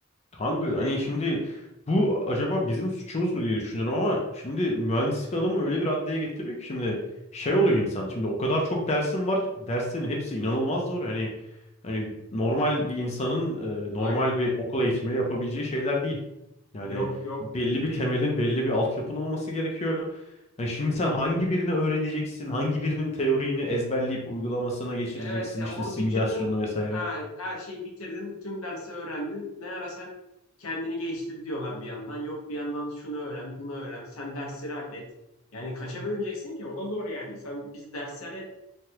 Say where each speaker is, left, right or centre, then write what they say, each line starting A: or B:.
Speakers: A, on the left; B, on the left.
A: Kanka
B: Full böyle.
A: hani şimdi bu acaba bizim suçumuz mu diye düşünüyorum ama şimdi mühendislik adamı öyle bir raddeye getiriyor ki şimdi şey oluyor insan. Şimdi o kadar çok dersin var. Derslerin hepsi inanılmaz zor. Hani hani normal bir insanın e,
B: Aynen.
A: normal bir okul eğitimi yapabileceği şeyler değil. Yani
B: Yok yok
A: belli bir
B: değil.
A: temelin, belli bir altyapın olması gerekiyor. Hani şimdi sen hangi birini öğreneceksin? Hangi birinin teorini ezberleyip uygulamasına geçireceksin?
B: Evet ya
A: İşte
B: onu
A: simülasyonunu
B: bitirdin.
A: vesaire.
B: Ha, her şeyi bitirdin. Tüm dersi öğrendin. Ne ara sen kendini geliştir diyorlar bir yandan. Yok bir yandan şunu öğren, bunu öğren. Sen dersleri hallet. Yani kaça bölüneceksin ki? O da zor yani. Sen biz derslere